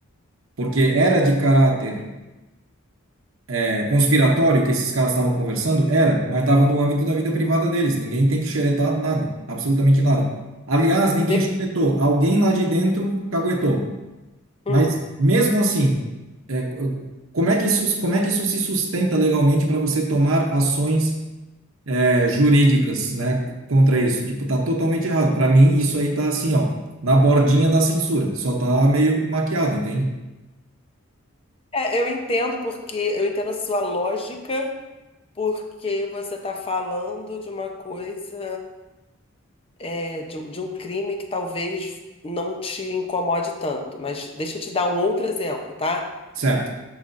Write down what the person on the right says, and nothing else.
Porque era de caráter é, conspiratório que esses caras estavam conversando? Era, mas estava no âmbito da vida privada deles. Ninguém tem que xeretar nada, absolutamente nada. Aliás, ninguém
xeretou. Alguém lá de dentro caguetou.
Mas mesmo assim, é, co- como é que isso, como é que isso se sustenta legalmente para você tomar ações é, jurídicas, né, c- contra isso? Tipo, tá totalmente errado. Para mim, isso aí tá assim, ó, na bordinha da censura. Só tá meio maquiado, entende?
Certo.